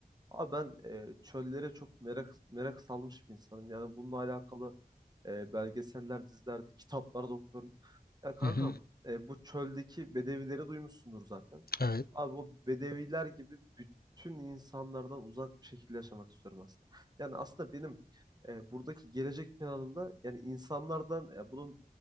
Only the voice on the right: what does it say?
Abi ben e, çöllere çok merak merak salmış bir insanım. Yani bununla alakalı e, belgeseller, dizilerde, kitaplarda okuyorum. Ya kankam
e, bu çöldeki bedevileri duymuşsundur zaten.
Abi o bedeviler gibi bütün insanlardan uzak bir şekilde yaşamak istiyorum aslında. Yani aslında benim e, buradaki gelecek planımda yani insanlardan e, bunun